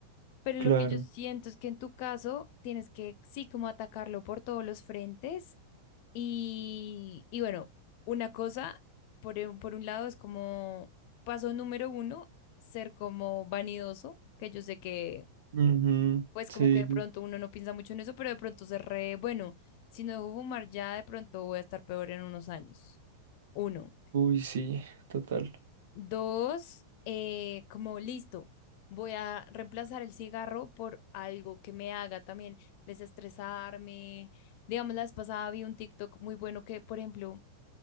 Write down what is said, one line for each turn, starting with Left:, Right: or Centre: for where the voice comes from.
Left: Pero
Right: claro.
Left: lo que yo siento es que en tu caso tienes que sí como atacarlo por todos los frentes y, y bueno, una cosa, por, un- por un lado es como paso número uno, ser como vanidoso, que yo sé que
Right: Ujú,
Left: pues
Right: Sí,
Left: como que de pronto uno no piensa mucho en eso, pero de pronto se re, bueno, si no dejo fumar ya de pronto voy a estar peor en unos años. Uno.
Right: uy, sí, total.
Left: Dos, eh, como listo, voy a reemplazar el cigarro por algo que me haga también desestresarme. Digamos, la vez pasada vi un TikTok muy bueno que, por ejemplo,